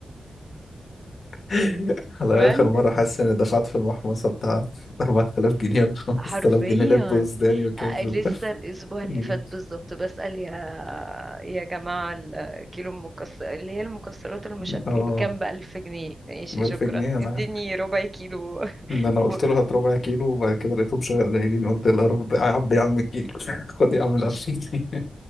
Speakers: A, on the left (about 40°); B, on the right (about 20°).
A: <laughs> على
B: مال
A: آخر مرة حاسس إني دفعت في المحمصة بتاع 4000 جنيه ولا 5000
B: حرفيا
A: جنيه لب وسوداني وكاجو
B: آه، لسه الاسبوع اللي
A: مم.
B: فات بالظبط بسأل يا يا جماعة الكيلو المكسر اللي هي المكسرات المشكل
A: <laughs> اه
B: بكام بألف جنيه ماشي
A: ب 1000
B: شكرا
A: جنيه أنا
B: اديني ربع كيلو <laughs>
A: إن أنا قلت
B: و...
A: له هات ربع كيلو وبعد كده لقيتهم شوية قليلين قلت القرف ده يا عم يا عم الكيلو <laughs> خد يا عم ال 2000 جنيه